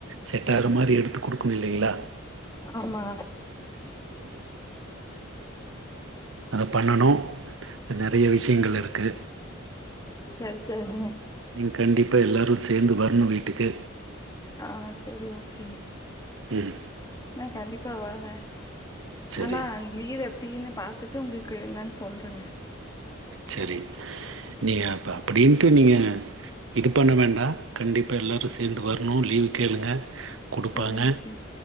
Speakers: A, on the right; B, on the left.
A: செட்டாகற மாரி எடுத்து குடுக்கணு இல்லீங்ளா
B: ஆமா
A: அத பண்ணணு நெறைய விஷயங்கள் இருக்கு
B: சரி, சரிங்க.
A: நீங்க கண்டிப்பா எல்லாரு சேந்து வரணு வீட்டுக்கு
B: ஆ செரி ஓகே
A: ம்
B: நா கண்டிப்பா வருவே
A: சரி
B: ஆனா லீவ் எப்டின்னு பாத்து ட்டு உங்கள்க்கு என்னான் சொல்றேங்க
A: செரி நீங்க அப்ப அப்படின்ட்டு நீங்க இது பண்ண வேண்டா கண்டிப்பா எல்லாரு சேந்து வர்ணு லீவு கேளுங்க குடுப்பாங்க
B: சரி ஓகே.